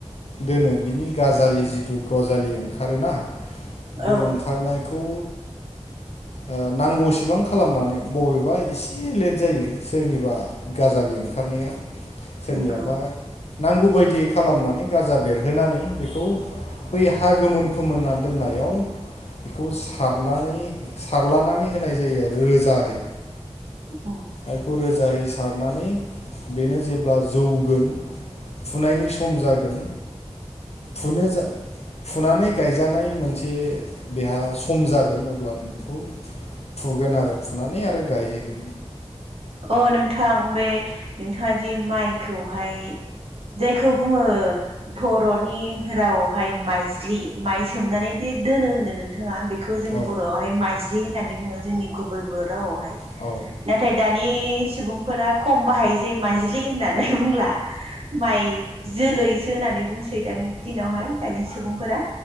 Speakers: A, on the left (about 65°); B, on the right (about 55°).
A: दोनो बिनि गाजालि जिथु गजालि ओंखा आरोना बे
B: औ
A: ओंखारनायखौ ओ नांगौसिबां खालामनानै बबेबा इसे लेट जायो सोरनिबा गाजालि ओंखारनाया सोरनियाबा
B: नंगौ
A: नांगौ बायदि खालामनानै गाजा बेरहोनानै बेखौ बै हा गोमोन फोमोनना दोननायाव बेखौ सारनानै सारलानानै होनाय जायो रोजाहै।
B: अ।
A: आयखौ रोजाहै सारनानै बेनो जेब्ला जौगोन फुनायनि सम जागोन फुनो जा फुनानै गायजानाय मोनसे बेहा सम जागोन अब्लानो बेखौ फुगोन आरो फुनानै आरो गाय हैगोन
B: अ नोंथां बे नोंथाङा जे माइखौहाय जायखौ बुंङो बर'नि रावावहाय माइज्लि माइ सोमनानै दि दोनो होनदों नोंथाङा बे खौ जों
A: औ
B: बर'आवहाय माइज्लि होननानै बुङो जोंनि गुबै बर' रावावहाय
A: औ
B: नाथाय दानि सुबुंफोरा खम बाहायोसै माइज्लि होननानै बुंला। माइ जोलैसो नानै बुंसै दानि दिनावहाय दानि सुबुंफोरा।